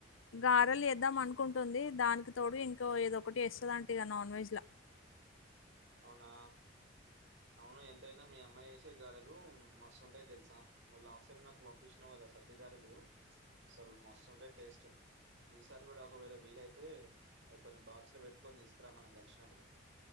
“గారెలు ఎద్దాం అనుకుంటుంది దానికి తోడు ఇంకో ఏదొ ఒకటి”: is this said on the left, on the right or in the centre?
Left